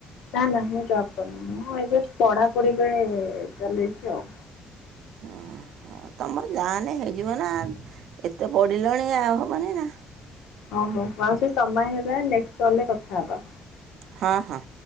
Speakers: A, on the left; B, on the right.
A: ନା ନା ମୁଁ ଜବ୍ କରିନିି ମୁଁ ଏବେ ପଢାପଢି ପାଇଁ ଚଲେଇଛି ଆଉ।
B: ହଁ ହଁ ତମର ଯାହେନେ ହେଇଯିବ ନା ଏତେ ପଡ଼ିଲାଣି ଆଉ ହବନି ନା।
A: ହଉ ହଉ ମାଉସୀ ସମୟ ହେଲାନି ନେକ୍ସଟ୍ କଲ୍ ରେ କଥା ହେବା।
B: ହଁ ହଁ।